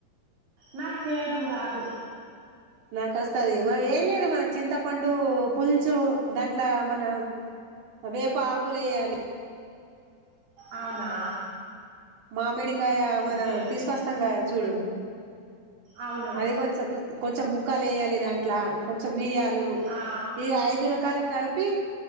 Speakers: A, on the right; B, on the right.
A: నక్ చేయాడం రాదు
B: నాక వస్తుది మ ఏం లేదు మన చింతపండు పుల్చు దాంట్లో మన వేప ఆకులు వేయాలి
A: అవునా
B: మామిడి కాయ మన
A: ఓకే ఓకే
B: తీసుకొస్తాం కదా చూడు
A: అవును
B: అదిగొంచం కొంచెం ముక్కలు ఎయ్యలి దాంట్ల కొంచెం మీరియ లు
A: ఆ
B: ఈ ఐదు రకాల కల్ చెప్పి